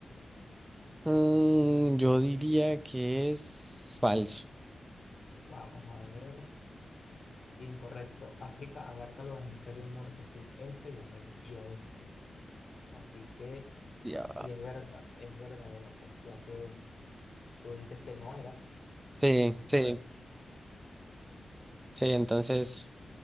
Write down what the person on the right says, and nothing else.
Mm, yo diría que es falso.
Ya.
Sí,
sí,
sí, entonces,